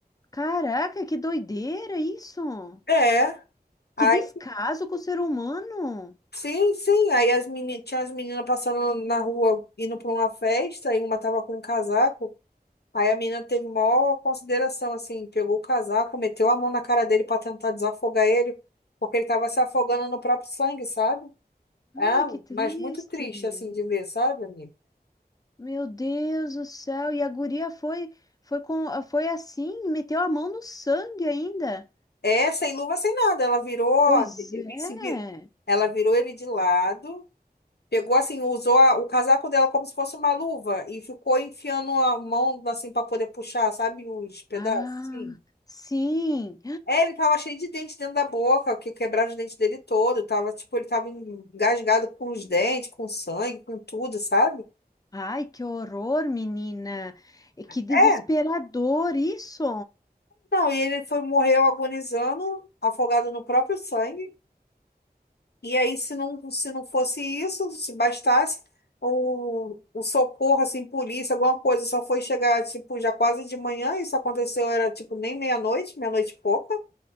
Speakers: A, on the left; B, on the left.
A: caraca, que doideira isso!
B: É. Aí,
A: Que descaso com o ser humano!
B: sim, sim. Aí as meni- tinha as meninas passando na rua indo para uma festa e uma tava com um casaco. Aí a menina teve maior consideração, assim, pegou o casaco, meteu a mão na cara dele para tentar desafogar ele, porque ele estava se afogando no próprio sangue, sabe? Ah,
A: Ai, que triste!
B: mas muito triste, assim, de ver, sabe, amigo?
A: Meu Deus do céu! E a guria foi foi com foi assim, meteu a mão no sangue ainda.
B: É, sem luva, sem nada. Ela virou,
A: Pois é.
B: se vi- ela virou ele de lado, pegou, assim, usou a- o casaco dela como se fosse uma luva e ficou enfiando a mão, assim, para poder puxar, sabe, os pedaços,
A: Ah,
B: assim.
A: sim.
B: É, ele tava cheio de dente dentro da boca, que quebraram os dentes dele todo. Tava, tipo, ele tava engasgado com os dentes, com sangue, com tudo, sabe?
A: Ai, que horror, menina. E Que desesperador
B: É.
A: isso.
B: Não, e ele foi, morreu agonizando, afogado no próprio sangue. E aí, se não, se não fosse isso, se bastasse, o, o socorro, assim, polícia, alguma coisa, só foi chegar, tipo, já quase de manhã. Isso aconteceu, era, tipo, nem meia-noite, meia-noite e pouca,